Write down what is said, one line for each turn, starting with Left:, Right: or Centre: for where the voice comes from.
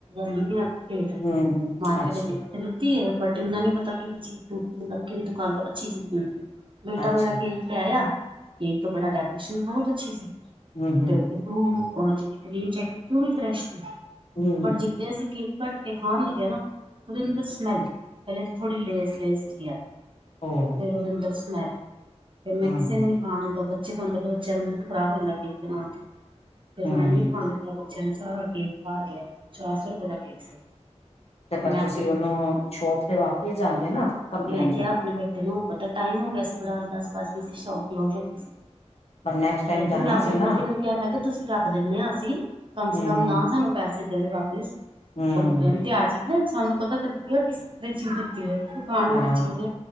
Right: ਨਹੀਂ ਏ ਭੇਦ
Left: ਹੂੰ ਹੂੰ
Right: ਮਾਰਕੀਟ
Left: ਅੱਛਾ
Right: ਦੇ ਲਿੱਤੀ ਹੈ ਬਟ ਇੰਨਾ ਨੀ ਪਤਾ ਕਿਹੜੀ ਚੀਜ਼ ਤੋਂ ਮਤਲਬ ਕਿਹੜੀ ਦੁਕਾਨ ਤੋਂ ਅੱਛੀ ਚੀਜ਼ ਮਿਲਦੀ ਏ। ਬੇਟਾ
Left: ਅੱਛਾ
Right: ਮੇਰਾ ਕੇਕ ਲਿਆਇਆ ਕੇਕ ਤੋਂ ਬੜਾ ਡੈਕੋਰੇਸ਼ਨ ਬਹੁਤ ਅੱਛੀ ਸੀ
Left: ਹੂੰ ਹੂੰ
Right: ਤੇ ਰੂ ਰ ਜਿੰਨੇ ਕਰੀਮ ਚੈੱਕ ਕੀਤੀ ਉਹ ਵੀ ਫਰੈਸ਼
Left: ਹੂੰ
Right: ਬਟ ਜਿੰਲੀ ਅਸੀਂ ਕੇਕ ਘੱਟ ਕੇ ਖਾਣ ਲੱਗੇ ਨਾ ਉਹਦੇ ਅੰਦਰ ਸਮੈਲ। ਪਹਿਲੇ ਤਾਂ ਥੜੀ ਲੇਸ-ਲੇਸ ਜੀ ਆਈ।
Left: ਓ ਹੋ
Right: ਫੇਰ ਉਹਦੇ ਅੰਦਰ ਸਮੈਲ, ਫਿਰ ਮੈਂ
Left: ਹੂੰ
Right: ਕਿਸੇ ਨੂੰ ਨੀ ਖਾ ਦਿੱਤਾ ਬ ਜੇ ਤੁਹਾਨੂੰ ਪਤਾ ਬੱਚਿਆਂ ਦਾ ਮੂਡ ਖ਼ਰਾਬ ਹੋ ਜਾਂਦਾ ਕੇਕ ਦੇ ਨਾਲ ਤੇ ਫ਼ਿਰ
Left: ਹੂੰ
Right: ਮੈਂ ਨਹੀਂ ਖਾਣ ਦਿੱ ਬੱਚਿਆਂ ਨੇ ਸਾਰਾ ਕੇਕ ਬਾਹਰ ਗਿਆ ਚਾਰ ਸੌ ਰੁਪਏ ਦਾ ਕੇਕ ਸੀ।
Left: ਤੇ ਫਰ
Right: ਮੈਂ
Left: ਤੁਸੀਂ
Right: ਆਪਣੇ
Left: ਉਹਨੂੰ ਸ਼ੋਪ ਤੇ ਵਾਪਿਸ ਜਾਂਦੇ ਨਾ। ਕੰਪਲੇਂਟ
Right: ਮੈਂ ਕਿਹਾ
Left: ਕਰਨ
Right: ਆਪਣੇ ਬੇਟੇ ਨੂੰ ਪਤਾ ਟਾਈਮ ਹੋ ਗਿਆ ਸੀ, ਬੜਾ ਦਸ ਵੱਜ ਕੇ ਸੀ, ਸ਼ੋਪ ਕਲੋਜ ਹੋ ਗਈ ਸੀ।
Left: ਪਰ ਨੈਕਸਟ ਟਾਈਮ
Right: ਫੇਰ
Left: ਜਾਣਾ
Right: ਵੀ ਮੈਂ ਆਪਣੇ
Left: ਸੀ ਨਾ
Right: ਬੇਟੇ ਨੂੰ ਕਿਹਾ ਮੈਂ ਕਿਹਾ ਤੁਸੀਂ ਰੱਖ ਦਿੰਨੇ ਆ ਅਸੀਂ ਕਮ
Left: ਹੂੰ
Right: ਸੇ ਕਮ ਨਾ ਸਾਨੂੰ ਪੈਸੇ ਦੇਦੇ ਵਾਪਿਸ
Left: ਹੂੰ
Right: ਕੰਮਪਲੇਂਨ ਤੇ ਆ ਜਾਏਗੀ ਇਨਸਾਨ ਨੂੰ ਪਤਾ ਤਾਂ ਲੱਗੇਗਾ ਕਿਸ ਤਰ੍ਹਾਂ ਦੀ ਚੀਜ਼ ਦਿੱਤੀ ਏ। ਖਾਣ
Left: ਹਾਂ
Right: ਵਾਲੀ ਚੀਜ਼ ਏ,